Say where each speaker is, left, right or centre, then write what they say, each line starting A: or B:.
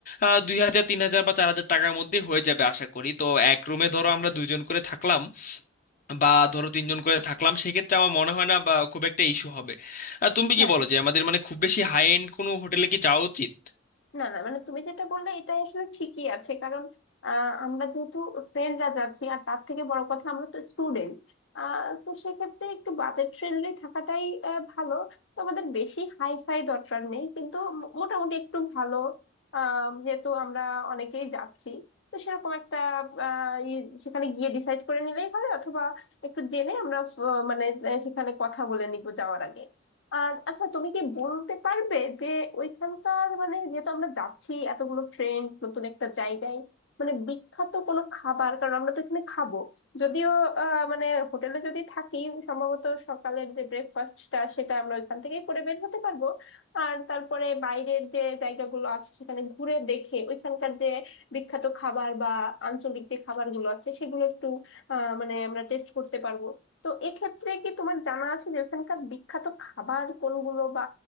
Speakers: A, on the left; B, on the left.
A: আহ, দুই হাজার তিন হাজার বা চার হাজার টাকার মধ্যে হয়ে যাবে আশা করি তো এক রুমে ধরো আমরা দুজন করে থাকলাম বা ধরো তিনজন করে থাকলাম সেক্ষেত্রে আমার মনে হয় না বা খুব একটা ইস্যু হবে আহ, তুমি
B: হ্যাঁ
A: কি বলো যে আমাদের মানে খুব বেশি হাই এন্ড কোনো হোটেলে কি যাওয়া উচিত
B: না না মানে তুমি যেটা বললে এটাই আসলে ঠিকই আছে কারণ আহ, আমরা যেহেতু ফ্রেন্ডরা যাচ্ছি আর তার থেকে বড় কথা আমরা তো স্টুডেন্ট তো সেক্ষেত্রে একটু বাজেট ফ্রেন্ডলি থাকাটাই আহ, ভালো তো আমাদের বেশি হাই ফাই দরকার নেই কিন্তু মো- মোটামুটি একটু ভালো আহ, যেহেতু আমরা অনেকেই যাচ্ছি তো সেরকম একটা আহ, ই- সেখানে গিয়ে ডিসাইড করে নিলেই হবে অথবা একটু জেনে আমরা আহ, মানে আহ, সেখানে কথা বলে নিবো যাওয়ার আগে আর আচ্ছা তুমি কি বলতে পারবে যে ওইখানকার মানে যেহেতু আমরা যাচ্ছি এতগুলো ফ্রেন্ড নতুন একটা জায়গায় মানে বিখ্যাত কোনো খাবার কারণ আমরা তো এখানে খাবো যদিও আহ, মানে হোটেলে যদি থাকি সম্ভবত সকালের যে ব্রেকফাস্টটা সেটা আমরা ওইখান থেকেই করে বের হতে পারবো আর তারপরে বাইরের যে জায়গাগুলো আছে সেখানে ঘুরে দেখে ওইখানকার যে বিখ্যাত খাবার বা আঞ্চলিক যে খাবারগুলো আছে সেগুলো একটু আহ মানে আমরা টেস্ট করতে পারবো তো এক্ষেত্রে কি তোমার জানা আছে যে ওখানকার বিখ্যাত খাবার কোনগুলো বা